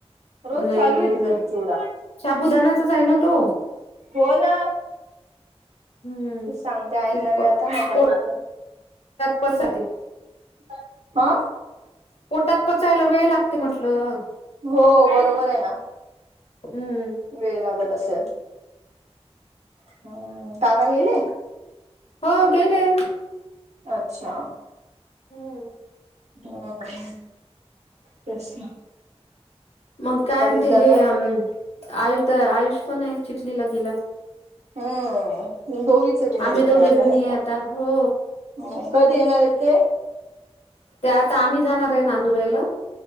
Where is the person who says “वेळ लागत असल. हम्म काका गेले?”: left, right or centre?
Right